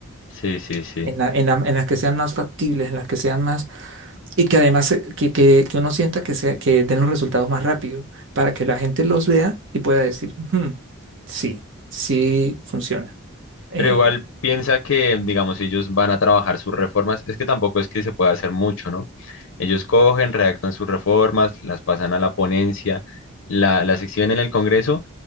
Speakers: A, on the left; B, on the right.
A: sí, sí, sí.
B: En la- en la- en las que sean más factibles, en las que sean más y que además eh, que, que, que uno sienta que, sea, que den los resultados más rápido para que la gente los vea y pueda decir, "Hmm, sí, sí funciona. Eh,
A: Pero igual piensa que, digamos, ellos van a trabajar sus reformas. Es que tampoco es que se pueda hacer mucho, ¿no? Ellos cogen, redactan sus reformas, las pasan a la ponencia, la, la sección en el Congreso